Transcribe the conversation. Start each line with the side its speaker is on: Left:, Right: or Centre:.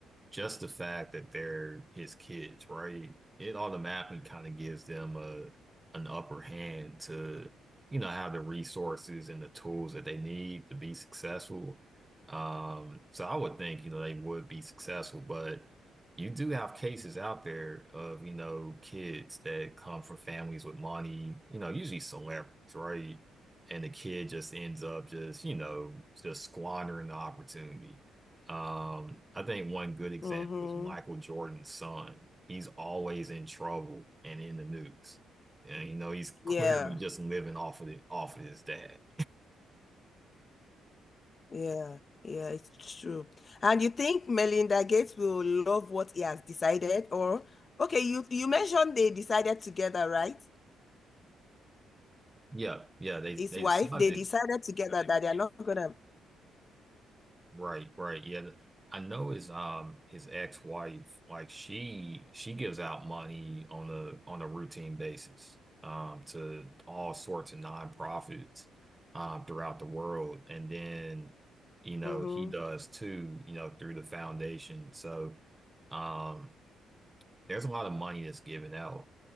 Right: just the fact that they're his kids, right? It automatically kind of gives them a an upper hand to, you know, have the resources and the tools that they need to be successful. Um, so I would think, you know, they would be successful, but you do have cases out there of, you know, kids that come from families with money, you know, usually celebrities, right? And the kid just ends up just, you know, just squandering the opportunity. Um, I think one good example
Left: Mm-hmm.
Right: is Michael Jordan's son. He's always in trouble and in the news. And you know, he's clearly
Left: Yeah.
Right: just living off of it, off of his dad.
Left: Yeah, yeah, it's true. And you think Melinda Gates will love what he has decided, or okay, you you mentioned they decided together, right?
Right: Yeah, yeah, they
Left: His
Right: they
Left: wife,
Right: decided
Left: they decided together that they are not gonna.
Right: Right, right. Yeah. th- I know his um his ex-wife, like she she gives out money on a on a routine basis um to all sorts of nonprofits um throughout the world. And then, you know,
Left: hmm
Right: he does too, you know, through the foundation. So um there's a lot of money that's given out.